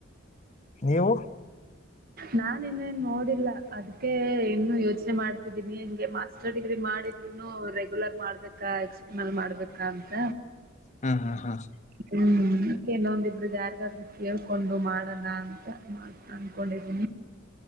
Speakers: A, on the left; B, on the right.
A: ನೀವು
B: ನಾ ಇನ್ನೇನ್ ನೋಡಿಲ್ಲ ಅದ್ಕ ಇನ್ನು ಯೋಚನೆ ಮಾಡ್ತಿದ್ದೀನಿ ಹೆಂಗೆ ಮಾಸ್ಟರ್ ಡಿಗ್ರಿ ಮಾಡಿದ್ರುನು ರೆಗ್ಯುಲರ್ ಮಾಡ್ಬೇಕಾ ಎಕ್ಸ್ಟರ್ನಲ್ ಮಾಡ್ಬೇಕಾ ಅಂತ
A: ಹ್ಮ್ ಹ್ಮ್ ಹ್ಮ್
B: ಹ್ಮ್ ಇನ್ನೊಂದಿಬ್ರ ಯಾರಿಗಾದ್ೂ ಕೇಳ್ಕೊಂಡು ಮಾಡೋಣ ಅಂತ ಅನ್ಕೊಂಡನಿ